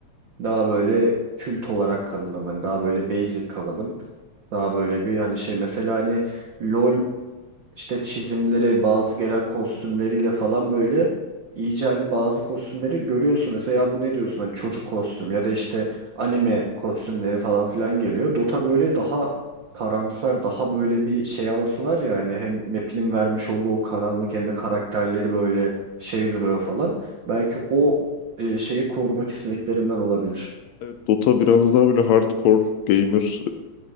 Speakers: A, on the right; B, on the left.
A: Daha böyle kült olarak kalalım hani daha böyle basic kalalım. Daha böyle bir hani şey mesela hani LoL işte çizimleri, bazı gelen kostümleriyle falan böyle iyice hani bazı kostümleri görüyorsun mesela ya bu ne diyorsun hani çocuk kostüm ya da işte anime kostümleri falan filan geliyor. Dota böyle daha karamsar, daha böyle bir şey havası var ya hani hem map'inin vermiş olduğu o karanlık hem de karakterleri böyle şey duruyor falan. Belki o e, şeyi korumak istediklerinden olabilir.
B: Evet, Dota biraz daha böyle hardcore gamer